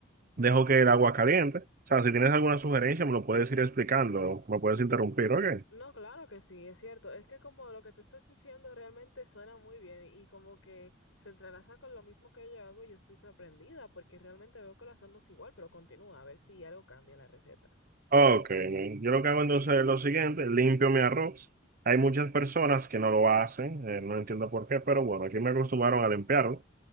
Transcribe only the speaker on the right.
dejo que el agua caliente. O sea, si tienes alguna sugerencia, me lo puedes ir explicando, me puedes interrumpir, ¿ok?
Ok, yo lo que hago entonces es lo siguiente, limpio mi arroz. Hay muchas personas que no lo hacen, eh, no entiendo por qué, pero bueno, aquí me acostumbraron a limpiarlo.